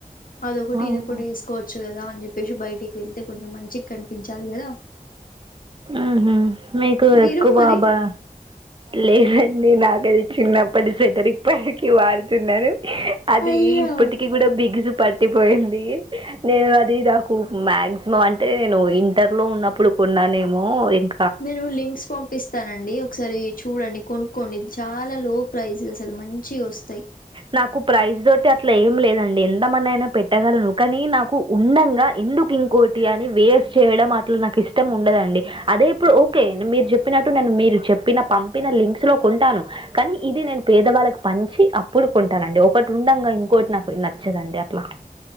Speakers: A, on the left; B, on the right.
A: అదొకటి
B: అవును
A: ఇదికటి వేసుకోవచ్చు కదా అని చెప్పేసి బయటికి వెళ్తే కొంచెం మంచిగా కనిపించాలి కదా
B: ఆహ మీకు
A: మీరు
B: ఎక్కువ
A: మరి
B: బాబా లేదండి నాకుది చిన్నప్పట్టి స్వెటర్ ఇప్పటికిీ వాడుతున్నాను అది
A: అయ్యో
B: ఇప్పటికీ కూడా బిగుసు పట్టిపోయింది, నేను అది నాకు మాయాక్సిమం అంటే నేను ఇంటర్ లో ఉన్నప్పుడు కొన్నానేమో, ో <unintelligible>
A: నేను లింక్స్ పంపిస్తానండి ఒకసారి చూడండి కొనుక్కోండి చాలా లో ప్రైజ్ అసలు మంచివి వస్తాయి
B: నాకు ప్రైజ్ తోటి అట్లా ఏం లేదండి ఎంతమనీ అయినా పెట్టగలను కానీ నాకు ఉండంగా ఎందుకు ఇంకోటి అని వేస్ట్ చేయడం అట్లా నాకు ఇష్టం ఉండదండి అదే ఇప్పుడు ఓకే మీరు చెప్పిన టు నన్న మీరు చెప్పిన పంపిన లింక్స్ లో కొంటాను కానీ ఇది నేను పేదవాళ్ళకి పంచి అప్పుడు కొంటానండి ఒకటి ఉండగా ఇంకోటి నాకు నచ్చదండి అట్లా